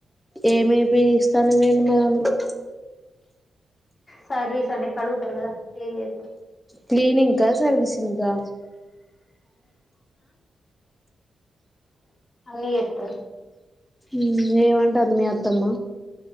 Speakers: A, in the centre; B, on the left (about 30°).
A: ఏమే బిస్తాను వోయిండు మరందరూ
B: సర్వీస్ అంటే కడుగుతరు కదా క్లీన్ జే
A: క్లీనింగ్ కా సర్వీసింగ్ కా
B: అన్నీ జేత్తరు
A: మ్మ్ ఏవంటంది మీ అత్తమ్మ